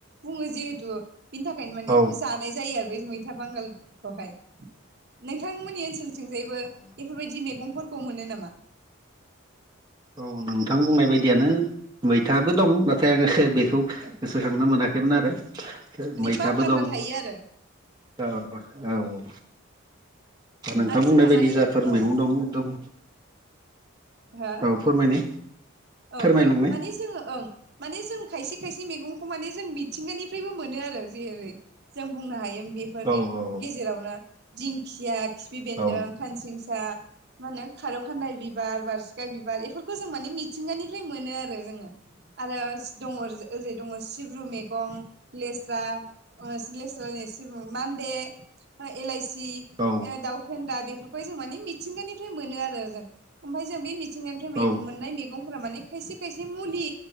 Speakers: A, on the right; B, on the right.
A: बुङो जिहेतु, बिनि थाखाय माने
B: औ
A: जा नाय जायो आरो बेै मैथा बांगालखौहाय। नोंथांमोननि ओनसोलथिंजायबो
B: औ
A: बेफोरबायदि मैगंफोरखौ मोनो नामा?
B: औ नोंथां बुंनाय बायदियानो मैथाबो दं नाथाय आङो बेखौ
A: ए
B: गोसोखांनो मोनाखैमोन आरो। मैथाबो
A: बावगारना
B: दं
A: थायो आरो।
B: औ औ औ। नोंथां
A: आरो
B: बुंनाय
A: जोंहा
B: बायदि
A: माने
B: जाफोर
A: औ
B: मैगं दं एदम
A: हा
B: फोरमायनाय
A: औ
B: फोरमायलांनाय
A: माने जोङो ओं माने जों खायसे खायसे मैगंखौ माने जों मिथिंगानिफ्रायबो मोनो आरो जेरै जों बुंनो हायो बे फोरनि
B: औ औ
A: गेजेरावनो दिंखिया, खिफि बेन्दों,
B: औ
A: खानसिंसा मा होनो खारौ खान्दाइ बिबार बारसिखा बिबार एफोरखौ जों माने मिथिंगानिफ्राय मोनो आरो जोङो। आरो दङ ओरैजा ओरै दङ सिब्रु मैगं लेस्रा अ लेस्रा लायनो सिब्रु मान्दे एलायसि
B: औ।
A: ए दाउ फेदा बेफोरखौहाय जों माने मिथिंगानिफ्राय मोनो आरो जों ओमफाय जों बे मि थिंगानिफ्राय मे
B: औ
A: मोननाय मैगंफोरा माने खायसे खायसे मुलि